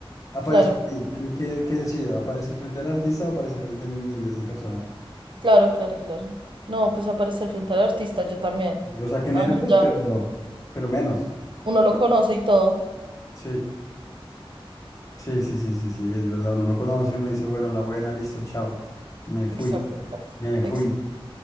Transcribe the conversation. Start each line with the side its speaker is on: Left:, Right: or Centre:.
Left: Aparezco
Right: Claro,
Left: ahí. ¿Qué, qué qué decido? ¿Aparecer frente al artista o aparecer frente a miles de personas?
Right: claro, claro, claro. No, pues aparecer frente al artista, yo también.
Left: O sea, que nervios,
Right: Ah, no, ya.
Left: pero, pero menos.
Right: Uno lo conoce y todo.
Left: Sí, sí, sí, sí, sí, sí, es verdad. Uno lo conoce, uno dice, bueno, la buena, listo, chao. Me fui,
Right: Exacto, exacto,
Left: me fui.
Right: exacto.